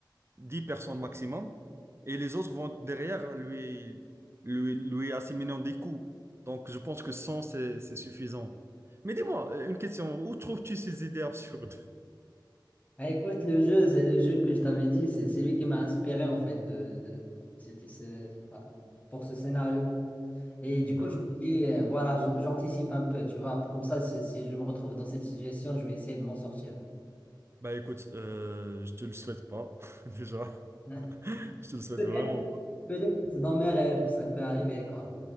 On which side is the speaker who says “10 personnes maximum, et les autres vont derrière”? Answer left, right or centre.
Right